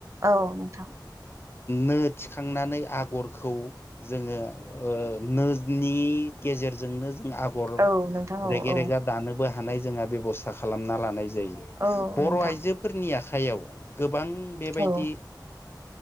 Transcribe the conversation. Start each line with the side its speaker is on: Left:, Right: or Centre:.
Right: औ नोंथां
Left: नो थिखांनानै आगरखौ जोङो ओ नोनि गेजेरजोंनो जों आगर
Right: औ नोंथां औ
Left: रेगे
Right: औ
Left: रेगा दानोबो हानाय जोंहा बेबस्था खालामना लानाय जायो
Right: औ
Left: बर
Right: नोंथां
Left: आइजोफोरनि आखाइयाव गोबां बेबायदि
Right: औ